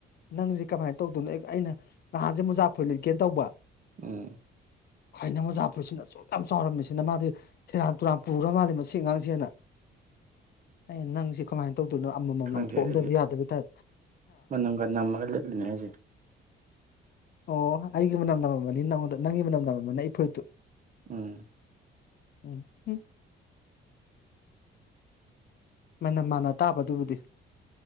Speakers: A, on the left; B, on the right.
A: ꯅꯪꯖꯤ ꯀꯃꯥꯏꯅ ꯇꯧꯗꯣꯏꯅꯣ ꯑꯩꯅ ꯅꯍꯥꯟꯁꯦ ꯃꯨꯖꯥꯐꯨꯔꯤꯠ ꯂꯤꯠꯀ‌ꯦꯅ ꯇꯧꯕ
B: ꯎꯝ
A: ꯈꯥꯏꯅ ꯃꯖꯥꯄꯨꯔꯠꯁꯤꯅ ꯑꯁꯨꯛ ꯌꯥꯝ ꯆꯥꯎꯔꯝꯃꯤꯁꯤꯅ ꯃꯥꯗꯤ ꯁꯦꯔꯥꯟ ꯇꯨꯔꯥꯟ ꯄꯨꯔ ꯃꯥꯜꯜꯂꯤꯦ ꯃꯁꯤ ꯑꯉꯥꯡꯁꯤꯡ <unintelligible> ꯦꯅ ꯑ ꯅꯪꯁꯦ ꯀꯃꯥꯏꯅ ꯇꯧ ꯇꯧꯗꯣꯏꯅ ꯑꯃꯃꯝ
B: ꯈꯪꯗꯦ
A: ꯂꯪꯊꯣꯛꯑꯝꯗꯗꯤ
B: ꯑꯩꯗꯤ
A: ꯌꯥꯗꯕꯤ ꯇꯥꯏ
B: ꯃꯅꯝꯒ ꯅꯝꯃꯒ ꯂꯤꯠꯂꯤꯅꯦ ꯍꯥꯏꯁꯦ
A: ꯑꯣ ꯑꯩꯒꯤ ꯃꯅꯝ ꯅꯝꯃꯝꯃꯥꯅꯤ ꯅꯉ‌ꯣꯡꯗ ꯅꯪꯒꯤ ꯃꯅꯝ ꯅꯃꯝꯃꯥꯅꯤ ꯑꯩ ꯐꯨꯔꯤꯠꯇꯨ
B: ꯎꯝ
A: ꯎꯝ ꯎꯝ ꯃꯅꯝ ꯃꯥꯟꯅ ꯇꯥꯕ ꯑꯗꯨꯕꯨꯗꯤ